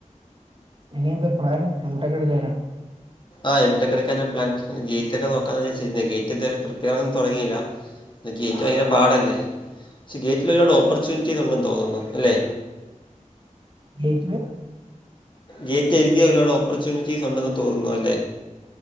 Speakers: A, on the right; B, on the left.
A: ഇനിയെന്താ പ്ലാന് <unintelligible>
B: ആ എം ട്ക ഒക്കെ എടുക്കൻ പ്ലൻ ഗേറ്റേക്ക് നോക്കാന്ന് വെച്ചിരുന്നേ ഗേറ്റ് എന്തായാലും പ്രെപറയാൻ തുടങ്ങയില്ല ഗേറ്റ് ഭയങ്കര പാടല്ലേ പക്ഷേ ഗേറ്റിൽ ഒരുപാട് ഓപ്പർച്യൂണിറ്റീസ് ഉണ്ടെന്ന് തോന്നുന്നു അല്ലേ
A: <unintelligible>
B: ഗേറ്റ് എഴ്തിയ ഒരുപാട് ഓപ്പർച്യൂണിറ്റീസ് ഒണ്ടെന്ന് തോന്നുന്നു അല്ലേ?